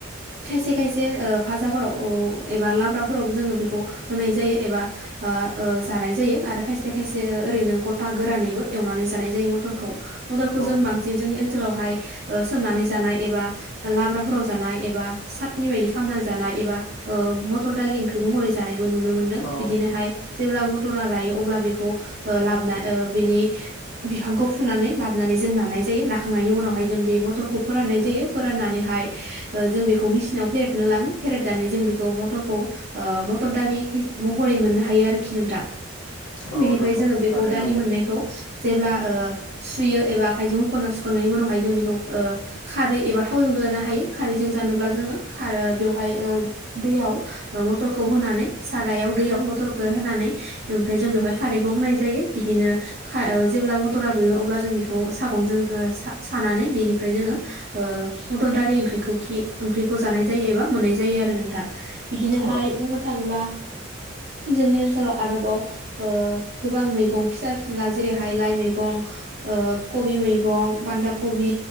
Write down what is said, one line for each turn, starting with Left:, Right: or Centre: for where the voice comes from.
Right: खायसे खायसे ओ भाजाफोराव ओ एबा लाब्राफोरावबो जोङो बेखौ होनाय जायो एबा आ ओ जानाय जायो आरो खायसे खायसे ओरैनो गथा गोरानैबो एवनानै जानाय जायो मटरखौ। पदलखौ
Left: औ
Right: जों बांसिन जों एन ओनसोलावहाय सोमनानै जानाय एबा लाब्राफोराव जानाय एबा सातनि बायदि खालामनानै जानाय एबा ओ मथर दालि ओंख्रि महरै जानायबो नुनो मोन्दों
Left: औ
Right: बिदिनोहाय जेब्ला मटरा रायो अब्ला बेखौ ओ लाबोना ओ बेनि बिफांखौ फुनानै लाबोनानै जों नानाय जायो नाखांनायनि उनावहाय जों बे मटरखौ फोराननाय जायो फोराननानैहाय जों बेखौ मेसिनाव फेरेदनो लाङो फेरेदनानै जों बेखौ मटरखौ ओ मटर दालि महरै मोननो हायो आरोखि नोंथां।
Left: औ
Right: बेनिफ्राय
Left: नोंथां
Right: जोंङो बेखौ
Left: थारैनो
Right: दालि
Left: नंगौ
Right: मोननायखौ जेब्ला ओ सुयो एबा आखायजों हखना सुखांनायनि उनावहाय जों बेखौ ओ खारै एबा थावजोंबो जानो हायो खारैजों जानोब्ला जोङो खार बेवहाय ओ दैयाव मटरखौ होनानै सारायाव दैयाव मटरखौ होनानै ओमफ्राय जों बेवहाय खारैखौ होनाय जायो बिदिनो खा ओ जेब्ला मटरा रुयो अब्ला जों बेखौ सागंजों सा सानानै बेनिफ्राय जोङो ओ मटर दालि ओंख्रिखौ खि ओंख्रिखौ जानाय जायो एबा मोननाय जायो आरो नोंथां बिदिनोहाय
Left: औ
Right: बुंनो थाङोब्ला जोंनि ओनसोलाव आरोबाव ओ गोबां मैगं फिसा फिनला जेरैहाय ओ लाइ मैगं ओ कबि मैगं बान्दा कबि